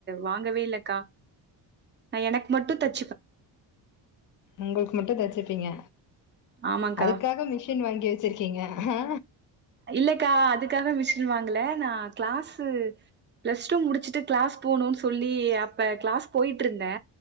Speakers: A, on the right; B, on the left.
A: வாங்கவே இல்லக்கா நா எனக்கு மட்டும் தச்
B: உங்களுக்கு மட்டும் தச்சுப்பீங்க
A: ஆமாக்கா
B: அதுக்காக மிஷின் வாங்கி வ வச்சிருக்கீங்க ஹா
A: இல்லக்கா அதுக்காக மிஷின் வாங்கள நா கிளாஸ்சு பிளஸ் டூ முடிச்சுட்டு கிளாஸ் போணுன்னு சொல்லி அப்ப கிளாஸ் போயிட்டு இருந்தே